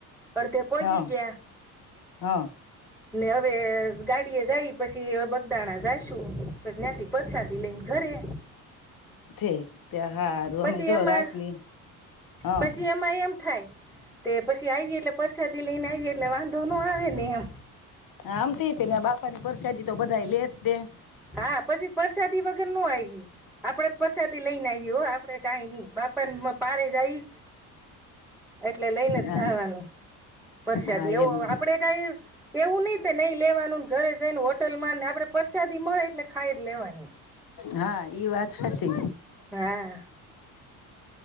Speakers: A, in the centre; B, on the left.
A: અડધપોી
B: હા
A: ગ
B: હા
A: હવે ગાડીએ જાય પછી હ બગદાણા જઈશું પછી ત્યાથી પરસાદી લઈને ઘરે
B: ઠીક ત્યાં હારું
A: પછી
B: અમે જો
A: એમાં
B: રાતની હા
A: પછી એમાં એમ થાય પછી આવી એટલે પરસાદી લઈને આવીએ એટલે વાંધો ન આવે નને એમ
B: આમ થ ને બાપા ની પરસાદી તો બધા લે તે
A: હા, પછી વરસાદી વગર ન આવી આપડે. પ્રસાદી લઈને આવ્યો હો. આપડે કાઈ નઈ. બાપા પારે જાય. એટલે લઈને
B: હા
A: જ જવાનું પ્રસાદી,
B: હા
A: એવો
B: એમ
A: આપડે કઈ એવું નઈ, નહી લેવાનું. ઘરે જઈ ને હોટલમાં ને આપડે પર. સાદી મળે એટલે ખાઈ જ લેવાની.
B: હા, એ વાત હશે.
A: હા,